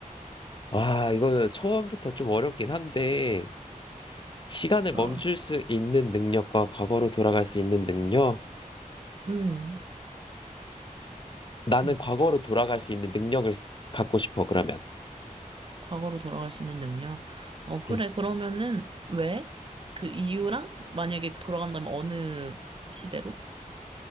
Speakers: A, on the left; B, on the right.
A: 와, 이거 처음부터 좀 어렵긴 한데, 시간을
B: 어,
A: 멈출 수 있는 능력과 과거로 돌아갈 수 있는 능력?
B: 음,
A: 나는
B: 음.
A: 과거로 돌아갈 수 있는 능력을 갖고 싶어, 그러면.
B: 과거로 돌아갈 수 있는 능력. 어, 그래.
A: 응.
B: 그러면은, 왜? 그 이유랑 만약에 돌아간다면 어느 시대로?